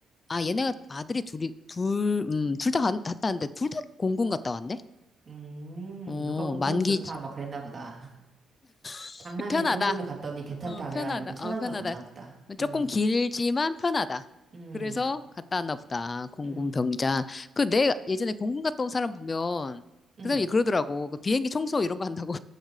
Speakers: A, on the left; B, on the right.
A: 아 얘네가 아들이 둘이 둘, 음, 둘 다 갔다 왔는데 둘 다 공군 갔다 왔네.
B: 음,
A: 어,
B: 누가 공군이
A: 만기
B: 좋다, 막 그랬나 보다.
A: <laughs>
B: 장남이
A: 편하다.
B: 공군을 갔더니 괜찮다
A: 어, 편하다.
B: 그래가지고 차남도
A: 어, 편하다.
B: 갔나 보다. 음,
A: 조금 길지만 편하다.
B: 음,
A: 그래서 갔다 왔나 보다. 공군
B: 음,
A: 병장. 그 내 예전에 공군 갔다 온 사람 보면
B: 음.
A: 그 사람이 그러더라고. 그 비행기 청소 이런 거 한다고.